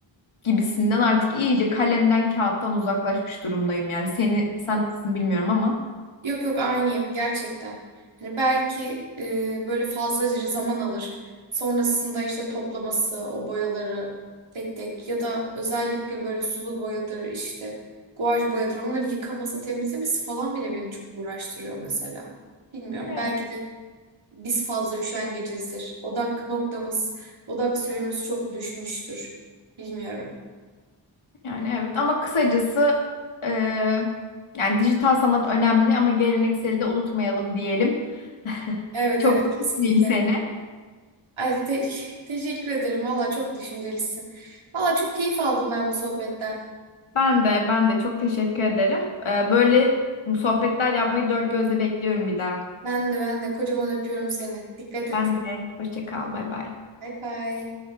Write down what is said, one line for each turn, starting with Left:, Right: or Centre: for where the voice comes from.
Left: gibisinden artık iyice kalemden kağıttan uzaklaşmış durumdayım yani. Seni sen nasılsın bilmiyorum ama.
Right: Yok yok aynıyım gerçekten. Hani belki e, böyle fazlaca zaman alır. Sonrasında işte toplaması, o boyaları tek tek ya da özellikle böyle sulu boyadır işte guaj boyadır onları yıkaması, temizlemesi falan bile beni çok uğraştırıyor mesela. Bilmiyorum
Left: Evet.
Right: belki de biz fazla üşengecizdir. Odak noktamız, odak süremiz çok düşmüştür. Bilmiyorum.
Left: Yani evet ama kısacası e, yani dijital sanat önemli ama gelenekseli de unutmayalım diyelim. <laughs>
Right: Evet
Left: Çok
Right: evet
Left: da
Right: kesinlikle.
Left: tutmayayım seni.
Right: Ay, te- <laughs> teşekkür ederim. Valla çok düşüncelisin. Valla çok keyif aldım ben bu sohbetten.
Left: Ben de ben de çok teşekkür ederim. E, böyle sohbetler yapmayı dört gözle bekliyorum bir daha.
Right: Ben de ben de kocaman öpüyorum seni. Dikkat et.
Left: Ben de hoşça kal bay bay.
Right: Bay bay.